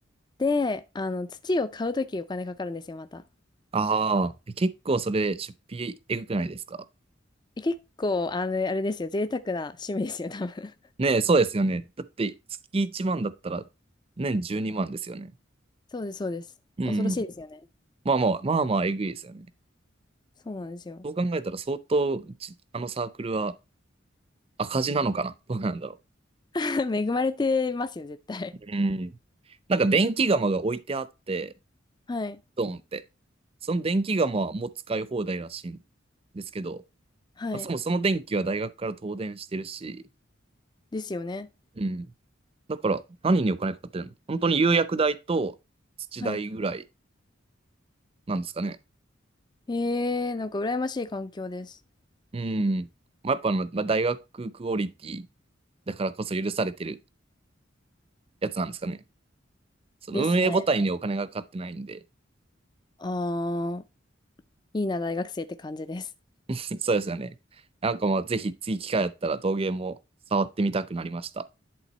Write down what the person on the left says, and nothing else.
で、あの、土を買うときお金かかるんですよ、また。
え結構、あの、あれですよ、贅沢な趣味ですよ、多分。
<laughs> そうです、そうです。
恐ろしいですよね。
そうなんですよ。
<laughs> 恵まれてますよ、絶対。
はい。
はい。
ですよね。
はい
ええなんか羨ましい環境です。
ですね。ああ、いいな、大学生って感じです。